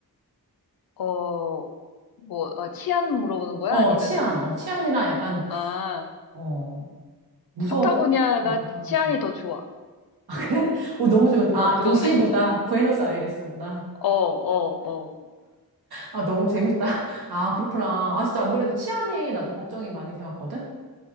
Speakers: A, on the left (about 70°); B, on the right (about 85°).
A: 어, 뭐, 아, 치안 물어보는 거야?
B: 어,
A: 아니면은,
B: 치안, 어, 치안이나 약간,
A: 아,
B: 어, 무서울
A: 파타고니아가
B: 것 같기도
A: 치안이
B: 해서.
A: 더 좋아.
B: <laughs> 그래? 어, 너무 좋은, 아,
A: 어, 그
B: 도시보다,
A: 동네. <laughs>
B: 부에노스아이레스보다.
A: 어, 어, 어.
B: 아, 너무 재밌다. 아, 그렇구나. 아, 진짜 안 그래도 치안이 나도 걱정이 많이 되었거든?